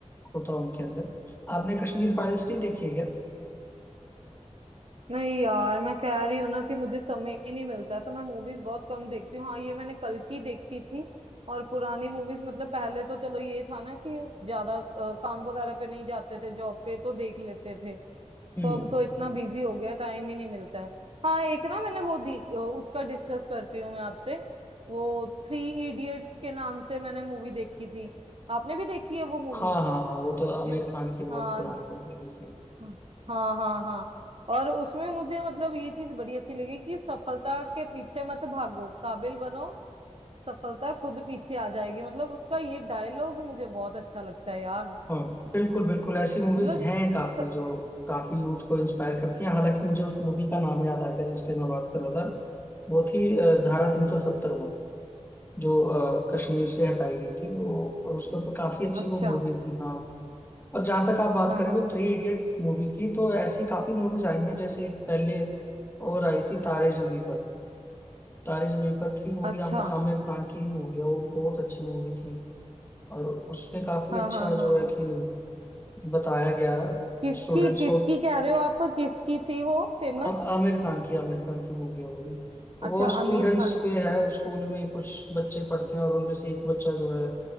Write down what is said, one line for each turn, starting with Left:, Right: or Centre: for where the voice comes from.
Left: होता है उनके अंदर आपने कश्मीर फाइल्स नहीं देखी है क्या
Right: नहीं यार मैं कह रही हूँ ना कि मुझे समय ही नहीं मिलता है तो मैं मूवीज बहुत कम देखती हूँ हाँ ये मैंने कल की देखी थी और पुरानी मूवीज मतलब पहले तो चलो ये था ना कि ज्यादा अ, काम वगैरह पे नहीं जाते थे जॉब पे तो देख लेते थे तो
Left: हम्म
Right: अब तो इतना बिजी हो गया टाइम ही नहीं मिलता है हाँ एक ना मैंने वो दी अ, उसका डिस्कस करती हूँ मैं आपसे वो थ्री इडियट्स के नाम से मैंने मूवी देखी थी आपने भी देखी है वो मूवी
Left: हाँ हाँ हाँ वो तो आमिर
Right: जिस
Left: खान की बहुत
Right: हाँ
Left: पुरानी मूवी देखी
Right: हाँ हाँ हाँ हाँ। और उसमें मुझे मतलब ये चीज बड़ी अच्छी लगी कि सफलता के पीछे मत भागो काबिल बनो सफलता खुद पीछे आ जाएगी मतलब उसका ये डायलॉग मुझे बहुत अच्छा लगता है यार
Left: हाँ बिल्कुल बिल्कुल ऐसी मूवीज
Right: मतलब स...
Left: हैं काफी जो काफी यूथ को इंस्पायर करती हैं हालांकि मुझे उस मूवी का नाम याद आ गया जिसके मैं बात कर रहा था वो थी अ, धारा तीन सौ सत्तर जो अ, कश्मीर से हटाई गई थी वो और उसके ऊपर काफी अच्छी
Right: अच्छा
Left: वो मूवी थी हाँ और जहाँ तक आप बात
Right: हाँ
Left: कर रहे
Right: हाँ
Left: हो थ्री इडियट मूवी की तो ऐसी काफी मूवीज आई हैं जैसे पहले और आई थी तारे जमी पर तारे जमी पर थी मूवी
Right: अच्छा
Left: आम, आमिर खान की मूवी है वो बहुत अच्छी मूवी थी और उसमें काफी
Right: हाँ
Left: अच्छा
Right: हाँ
Left: जो
Right: हाँ
Left: है कि बताया गया
Right: किसकी
Left: स्टूडेंट्स
Right: किसकी
Left: को
Right: कह रहे हो आप किसकी थी वो फेमस
Left: आ, आमिर खान की आमिर खान की मूवी है वो भी वो
Right: अच्छा
Left: स्टूडेंट्स
Right: आमिर खान
Left: पे
Right: की
Left: है
Right: थी
Left: स्कूल में कुछ बच्चे पढ़ते हैं और उनमें से एक बच्चा जो है